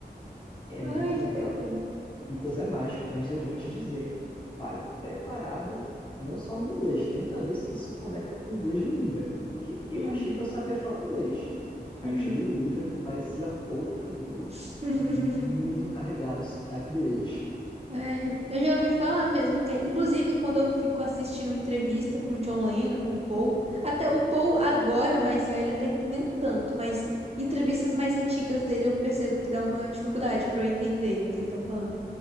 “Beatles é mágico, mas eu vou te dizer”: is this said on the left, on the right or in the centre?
Left